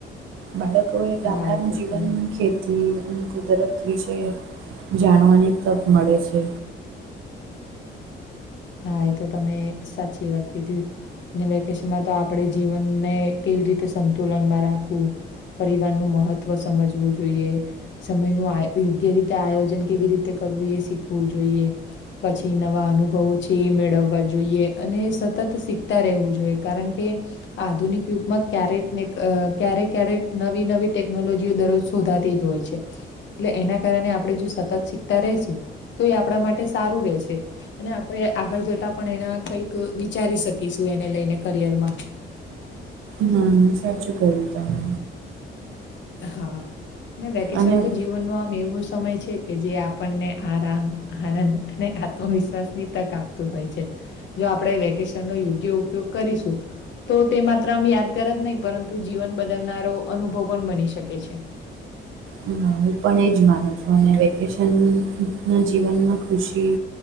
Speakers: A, on the right (about 85°); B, on the left (about 65°).
A: બાળકો એ ગામડાનું
B: હા, તો
A: જીવન
B: તમે
A: ખેતી થી અને કુદરત વિશે જાણવાની તક મળે છે.
B: હા એ તો તમે સાચી વાત કીધી. ને વેકેશનમાં તો આપણે જીવનને કેવી રીતે સંતુલનમાં રાખવું. પરિવારનું મહત્ત્વ સમજવું જોઈએ. સમયનું આ યોગ્ય રીતે આયોજન કેવી રીતે કરવું એ શીખવું જોઈએ. પછી નવા અનુભવો છે. એ મેળવવા જોઈએ અને સતત શીખતા રહેવું જોઈએ કારણ કે આધુનિક યુગમાં ક્યારેક ને ક્યારેક ક્યારેક નવી નવી ટેકનોલોજીઓ દરોજ <unintelligible> ધાતી જ હોય છે એટલે એના કારણે આપણે જો સતત શીખતા રેશું તો એ આપણા માટે સારું રહેશે, અને આપણે આગળ જતા પણ એના કઈક વિચારી શકીશું, એને લઈને કરિયર માં
A: ના સાચું ક્યું તમે.
B: હા ને વેકેશન
A: અને
B: તો જીવનનો આમ એવો સમય છે. છે કે જે આપણને આરામ આનંદ અને આત્મવિશ્વાસની તક આપતું હોય છે. જો આપણે વેકેશનનો યોગ્ય ઉપયોગ કરીશું. તો તે માત્ર આમ યાદગાર જ નહીં પરંતુ જીવન બદલનારો અનુભવ પણ બની શકે છે.
A: હ હું પણ એજ માનું છું, અને વેકેશન ના જીવનમાં ખુશી